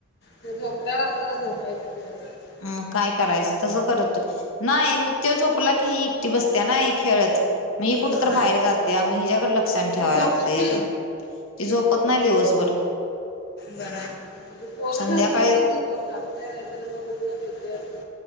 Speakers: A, on the left; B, on the left.
A: ते झोपल्यावर <inaudible>
B: मग काय करायचं तसं करतोय नाही म तो झोपला की ही एकटी बसत्या ना हे खेळत म ही कुठ
A: होय.
B: तर बाहेर जात्या मग हिच्याकडे लक्ष आणि ठेवाय
A: ती झोपत
B: लागतय
A: नाही
B: ति झोपत नाही दिवसभर
A: बराय पोर
B: संध्याकाळी
A: झोपलीत की मग लागतय नाही तरी मग उठवत येतात